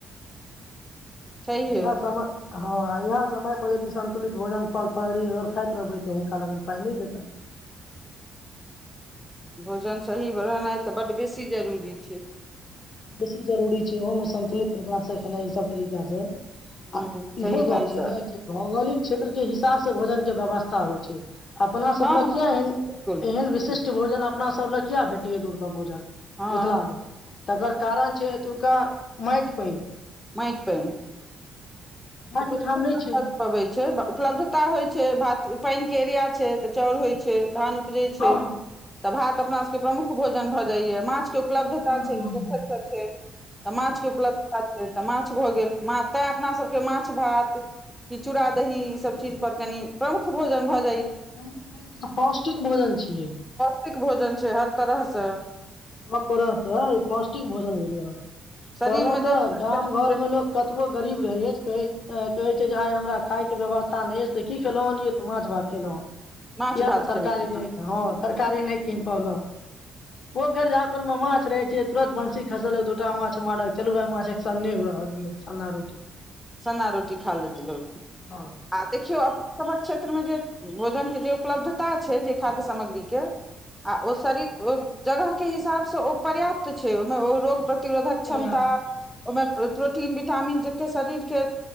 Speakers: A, in the centre; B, on the left.
A: छैहे
B: यह समय हँ यहा समय यदि संन्तुलित भोजन फल फलही अगर खाइत रहबै तऽ हुनका लगन पाइ नहि जेतनि <inaudible>
A: भोजन सही रहनाइ तऽ बड बेसी जरूरी छै
B: बेसी जरूरी छै ओहोमे संन्तुलित प्रकार से खेनाइ ई सब तरीका से आ
A: ह सही
B: इहो गप
A: ढंग
B: छै
A: से
B: ने कि भौगोलिक क्षेत्र के हिसाब से भोजन के व्यवस्था होइ छै अपना सब
A: हँ हँ
B: लग किया एहन
A: बिलकुल
B: एहन विशिष्ट भोजन अपना सब लए किया भेटैया दुर्लभ भोजन
A: हँ
B: मिथिला मे तकर कारण छै एतुका मइट पइन
A: मइट पइन
B: बाँकी
A: उपलब्धता
B: ठाम नहि छै
A: कर पबै छै उपलब्धता होइ छै भात पइन के एरिया छै तऽ चउर होइ छै धान उपजे छै
B: हँ
A: तऽ भात अपना सबके प्रुख भो भ जाइ या माछ के उपलब्धता
B: प्रमुख भोजन
A: छै
B: भऽ जाइये
A: पोखरि सब छै तऽ माछ के उपलब्धता छै तऽ माछ माछ भ गेल म ते अपना सब के माछ भात की चुरा दही इ सब चिज पर कनी प्रमुख भौजन भ जाइ
B: प्रमुख भोजन आ पौष्टिक भोजन छियै
A: पोष्टिक भोजन छै हर तरहसँ
B: सब तरह स इ पौष्टिक भोजन भेलै ह
A: शरीर
B: कहलहुँ
A: मे
B: तऽ
A: जे
B: गाम घरमे लोक कतबो गरीब रहै अछि कहै कहै छै जे आइ हमरा खायके व्यवस्था नहि अछि से क खेलहुँ हनियै तऽ माछ भात खेलहुँ हँ
A: माछ
B: किया
A: भात
B: तऽ तरकारी
A: खेलहुँ
B: नहि हँ तरकारी नहि कीन पलहु पोखरि झााकुर मे माछ रहे छै तुरत बंसी खसलक दूटा माछ मारल चलू माछ के सन्ने रहअ दियौ सन्ना रोटी
A: सन्ना रोटी खा लेत लोक
B: हँ
A: आ देखियौ अपने सबक क्षेत्र मे जे भोजन के जे उपलब्धता छै जे खाद्य सामग्री के आ ओ शरीर ओ जगह के हिसाबसँ ओ पर्याप्त छै ओ ओ रोग प्रतिरोधक
B: बढ़िया
A: क्षमता ओहिमे प्रोटीन विटामिन जते शरीर के